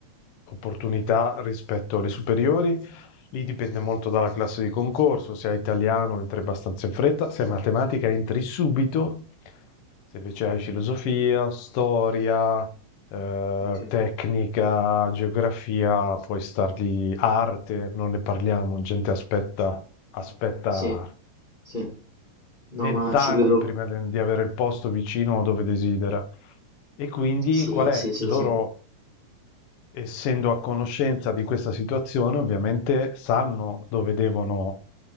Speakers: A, on the left; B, on the left.
A: opportunità rispetto alle superiori, Lì dipende molto dalla classe di concorso, se hai italiano entri abbastanza in fretta, se hai matematica entri subito, se invece hai filosofia, storia, eh,
B: okay.
A: tecnica, geografia, puoi star lì, arte, non ne parliamo, gente aspetta, aspetta
B: Sì, sì. No,
A: 20
B: ma
A: anni
B: ci credo.
A: prima de- di avere il posto vicino a dove desidera. E quindi
B: Sì,
A: qual è?
B: sì, sì,
A: Loro,
B: sì.
A: essendo a conoscenza di questa situazione, ovviamente sanno dove devono